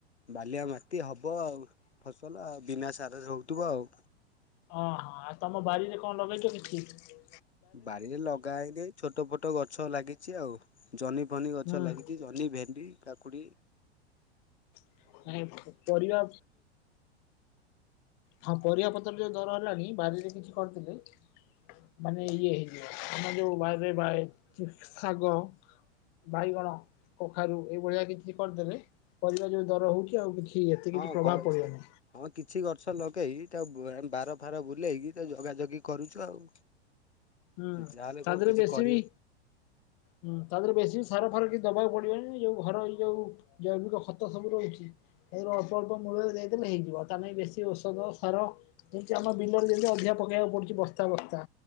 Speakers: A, on the left (about 80°); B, on the left (about 35°).
A: ବାଲିଆ ମାଟି ହବ ଆଉ ଫସଲ ଆ ବିନା ସାର ହଉଥିବ ଆଉ।
B: ଅହଁ ଆଉ ତମ ବାରିରେ କଣ ଲଗେଇଛ କି <unintelligible> ଠ
A: ବାଡିରେ ଲଗା ହେଇ <unintelligible> ଛୋଟ ଫୋଟ ଗଛ ଲାଗିଚି ଆଉ ଜହ୍ନି ଫନି ଗଛ
B: ହୁଁ
A: ଲାଗିଚି ଜହ୍ନି, ଭେଣ୍ଡି କାକୁଡ଼ି
B: <unintelligible> ପରିବା ହଁ ପରିବା ପତ୍ର ଯୋଉ ଦର ହେଲାଣି ବାଡିରେ କିଛି କରିଥିଲେ ମାନେ ଇଏ ମାନେ ଯୋଉ ବାଡିରେ ବାଏ ସାଗ ବାଇଗଣ, କଖାରୁ ଏଇଭଳିଆ କିଛି କରିଦେଲେ ପରିବା ଯୋଉ ଦର ହଉଚି ଆଉ କିଛି ଏତେ କିଛି
A: ହଁ
B: ପ୍ରଭାବ
A: କଣ ହେଇଛି
B: ପଡିବନି
A: ହଁ କିଛି ଗଛ ଲଗେଇ ତାକୁ ବାର ଫାର ବୁଲେଇକି ତା ଜଗାଜଗି କରୁଛୁ ଆଉ।
B: ହୁଁ
A: ଯାହାହେଲେ
B: ତା
A: କଣ
B: ଦେହରେ
A: କିଛି
B: ବେଶୀ
A: କରିବେ
B: ବି ହୁ ତାଦେହରେ ବେଶୀ ବି ସାର ଫାର କିଛି ଦବାକୁ ପଡିବନି ଯଉ ଘର ଏଇ ଯଉ <unintelligible> ଖତ ସବୁ ରହୁଛି। ଏଇଥି ଅଳ୍ପ ଅଳ୍ପ ମୂଳରେ ଦେଇଦେଲେ ହେଇଯିବ ତା ନାଗି ବେଶୀ ଔଷଧ ସାର। ଯେମତି ଆମ ବିଲରେ ଯେମିତି ଅଧିକା ପକେଇବାକୁ ପଡୁଛି ବସ୍ତା ବସ୍ତା।